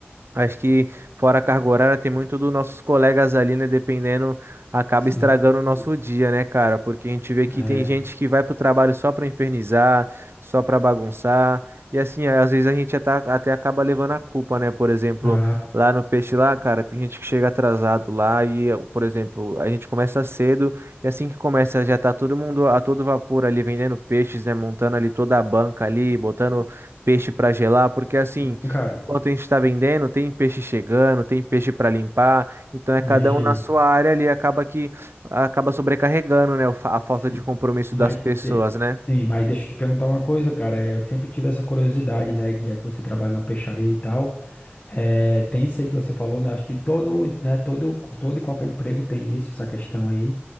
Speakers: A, on the right; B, on the left.
A: Acho que fora a carga horária tem muito dos nossos colegas ali, né? Dependendo, acaba
B: Sim.
A: estragando
B: hum,
A: o nosso dia, né, cara? Porque a gente vê que
B: É.
A: tem gente que vai pro trabalho só pra infernizar, só pra bagunçar. E assim, às vezes a gente ata- até acaba levando a culpa, né? Por exemplo,
B: Ah,
A: lá no peixe lá, cara, tem gente que chega atrasado lá e, por exemplo, a gente começa cedo e assim que começa já tá todo mundo a todo vapor ali vendendo peixes, né? Montando ali toda a banca ali, botando peixe pra gelar, porque assim.
B: sim, cara.
A: Enquanto a gente está vendendo, tem peixe chegando, tem peixe para limpar, então é
B: Imagino.
A: cada um na sua área ali, acaba que acaba sobrecarregando, né, o fa- a falta
B: Sim.
A: de compromisso
B: Mas,
A: das pessoas,
B: de-
A: né?
B: sim, mas deixa eu te perguntar uma coisa, cara. É, Eu sempre tive essa curiosidade, né? que Já que você trabalha na peixaria e tal, é, tem isso aí que você falou, né? Acho que todo, né? Todo, todo e qualquer emprego tem isso, essa questão aí.